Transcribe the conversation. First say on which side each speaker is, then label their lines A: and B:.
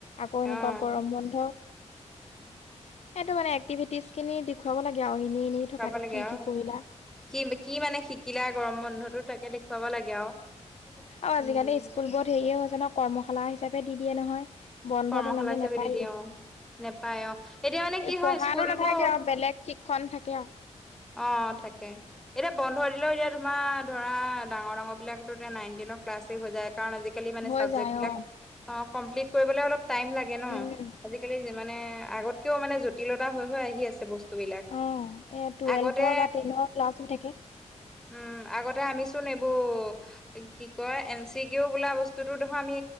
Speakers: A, on the left; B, in the centre.
A: আকৌ
B: অ',
A: এনেকুৱা গৰম বন্ধ সেইটো মানে এক্টিভিটিজ খিনি দেখুৱাব লাগে আৰু। নি নি
B: খুৱাব
A: থকাত
B: লাগে
A: কি
B: আৰু
A: কি কৰিলা।
B: কি কি মানে শিকিলে গৰম বন্ধটো তাকে দেখুৱাব লাগে আৰু।
A: অ
B: উম,
A: আজিকালি স্কুল বোৰত হেৰিয়ে হৈছে ন কৰ্মশালা হিচাপে দি দিয়ে নহয়। বন্ধ
B: কৰ্মশালা
A: তেনেকে
B: হিচাপে
A: নেপায়েই
B: দি দিয়ে অ নোপায় অ এতিয়া মানে কি
A: পঢ়াটো
B: হয় স্কুল
A: নাথাকে
B: বোৰ
A: আৰু বেলেগ শিক্ষণ থাকে আৰু
B: অ থাকে এতিয়া বন্ধ দিলেও তোমাৰ ধৰা ডাঙৰ ডাঙৰ বিলাকো নাইন টেনৰ ক্লাছে হৈ যায়। কাৰণ আজিকালি মানে
A: হৈ
B: চাবজেক্ট
A: যায়
B: বিলাক
A: অ
B: অ কমপ্লিট কৰিবলৈ টাইম লাগে ন
A: উম
B: আজিকালি যিম মানে আগতকেও মানে জটিলতা হৈ আহি আছে বস্তু বস্তুবিলাক।
A: অ এ টুৱেলভৰ
B: আগতে-
A: বা টেনৰ ক্লাছো থাকে
B: উম আগতে আমিচোন এইবোৰ কি কয় এন চি কেও বোলা বস্তুতো দেখোন আমি